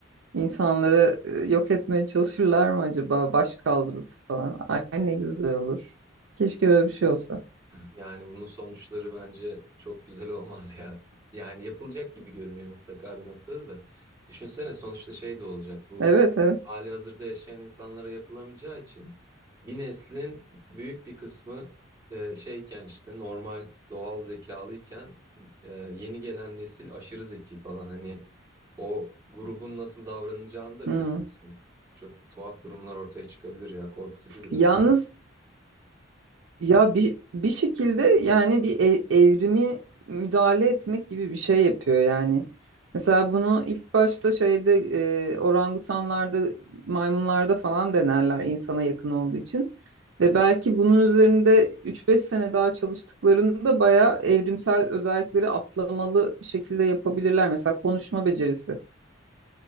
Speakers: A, on the right; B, on the right.
A: İnsanları e, yok etmeye çalışırlar mı acaba? Baş kaldırıp falan. Ay ne güzel olur. Keşke böyle bir şey olsa.
B: Yani bunun sonuçları bence çok güzel olmaz ya. Yani yapılacak gibi görünüyor mutlaka bir noktada da. Düşünsene sonuçta şey de olacak. Bu
A: Evet evet.
B: hali hazırda yaşayan insanlara yapılamayacağı için bir neslin büyük bir kısmı e, şeyken işte normal doğal zekalıyken e, yeni gelen nesil aşırı zeki falan. Hani o grubun nasıl davranacağını da
A: Hmm.
B: bilemezsin. Çok tuhaf durumlar ortaya çıkabilir ya. Korkutucu biraz.
A: Yalnız ya bir, bir şekilde yani bir ev- evrimi müdahale etmek gibi bir şey yapıyor yani. Mesela bunu ilk başta şeyde e, orangutanlarda, maymunlarda falan denerler insana yakın olduğu için. Ve belki bunun üzerinde üç beş sene daha çalıştıklarında bayağı evrimsel özellikleri atlamalı bir şekilde yapabilirler. Mesela konuşma becerisi,